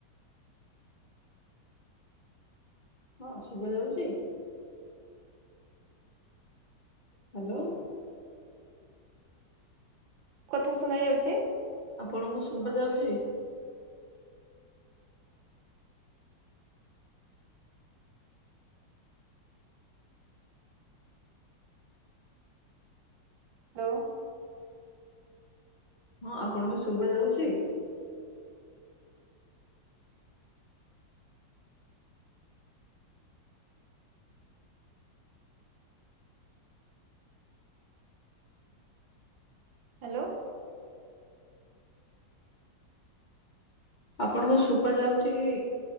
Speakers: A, on the left; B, on the right.
A: ହଁ ଶୁଭା ଯାଉଛି। ହ୍ୟାଲୋ।
B: କଥା ଶୁଣା ଯାଉଛି?
A: ଆପଣଙ୍କୁ ଶୁବା ଯାଉଛି?
B: ହ୍ୟାଲୋ।
A: ହଁ ଆପଣଙ୍କୁ ଶୁଭା ଯାଉଛି?
B: ହାଲୋ।
A: ଆପଣଙ୍କୁ ଶୁବା ଯାଉଚି କି?